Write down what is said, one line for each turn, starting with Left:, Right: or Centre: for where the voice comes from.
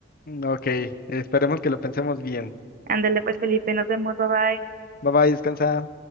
Left: Ok, esperemos que lo pensemos bien.
Right: Ándale pues, Felipe, nos vemos, bye bye.
Left: Bye bye, descansa.